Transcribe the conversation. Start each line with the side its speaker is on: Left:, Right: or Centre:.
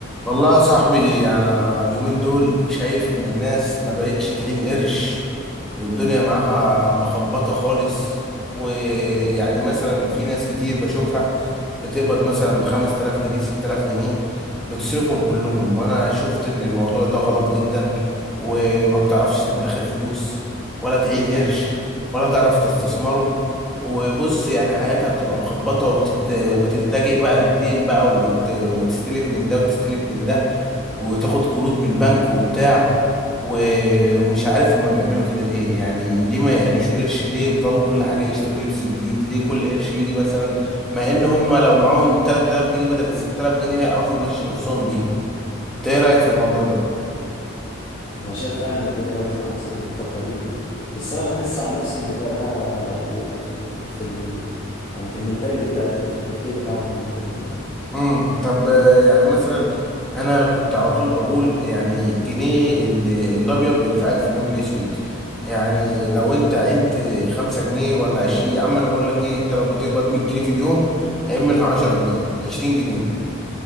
Centre: والله يا صاحبي انا اليومين دول شايف ان الناس ما بقتش تعين قرش والدنيا معاها مخبطة خالص ويعني مثلا في ناس كتير بشوفها بتقبض مثلا 5000 جنيه 6000 جنيه بتصرفهم كلهم وانا شفت ان الموضوع ده غلط جدا وما بتعرفش تدخر فلوس ولا تعين قرش ولا تعرف تستثمره وبص يعني حياتها بتبقى مخبطة وتت... وتلتجئ بقى للدين بقى وت... وتستلف من ده وتستلف من ده وتاخد قروض من البنك وبتاع و... ومش عارف هما بيعملوا كده ليه يعني ليه ما يعينوش قرش ليه يفضلوا كل حاجة يشتروا لبس جديد ليه كل قرش يجي مثلا مع ان هما لو معاهم 3000 جنيه بدل ال 6000 جنيه هيعرفوا يمشي نفسهم بيهم إنت ايه رأيك في الموضوع ده
Left: انا شايف فعلا ان الدنيا بايظه مع ناس كتير الفتره دي بس انا بحس عن نفسي ان ده بيبقى في ال... في ال... يعني في المينتاليتي بتاعتهم في التفكير بتاعهم هم فاهمني
Centre: امم طب آه، يعني مثلا انا كنت على طول بقول يعني الجنيه ال- الابيض بينفعك في اليوم الاسود يعني لو انت عينت خمسة جنيه ولا عشرين يا عم انا بقول لك ايه انت لو بتقبض 100 جنيه في اليوم عين منها 10 جنيه 20 جنيه